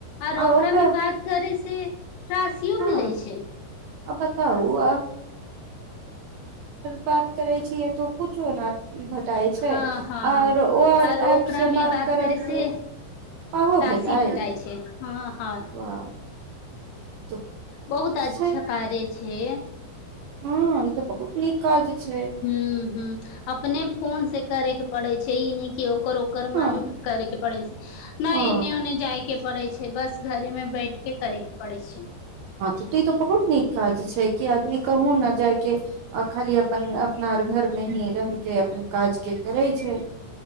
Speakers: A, on the left (about 80°); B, on the right (about 80°).
A: आओर
B: आर
A: ओकरा
B: ओकर
A: मे बात करै छै राशियो
B: हँ
A: मिलै छै
B: बताउ बात करे छियै तो कुछु नहि भेटाइ छै
A: हँ हँ
B: आर ओ आर एपसँ
A: ओकरा मे
B: बात करब
A: करे से
B: तऽ पाहहो
A: राशि
B: भेटल
A: भेटाइ छै हँ हँ
B: ओ ई
A: बहुत अच्छा
B: छै
A: कार्य छै
B: हँ ई तऽ बहुत नीक काज छै
A: ह ह अपने फोन से कर एक पड़ै छै ई नहि कि ओ ओकर
B: हँ
A: मग करैके पड़ै छै नहि
B: ओ
A: एने ओने जाइके पड़ै छै बस घरे मे बैठ के करे के पड़ै छै
B: हँ तऽ तऽ ई तऽ बहुत नीक काज छै कि आदमी कहूँ ने जाय कऽ आ खाली अपन अपना अर घरमे ही रहि कऽ अपन काजके करै छै